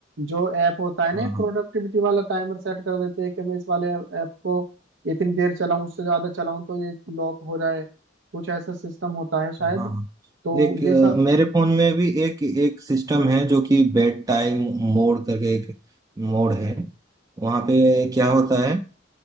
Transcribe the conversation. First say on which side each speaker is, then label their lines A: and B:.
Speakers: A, on the right; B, on the right.
A: जो ऐप होता है ना
B: हाँ
A: प्रोडक्टिविटी वाला टाइमर सेट कर देते हैं कि मैं इस वाले ऐप को इतनी देर चलाऊं उससे ज्यादा चलाऊं तो ये लॉक हो जाए कुछ ऐसा सिस्टम होता है शायद
B: हाँ
A: तो
B: एक
A: ये
B: अ,
A: सब
B: मेरे फोन में भी एक एक सिस्टम है जो कि बेड टाइम मोड करके एक मोड है वहाँ पे क्या होता है अ,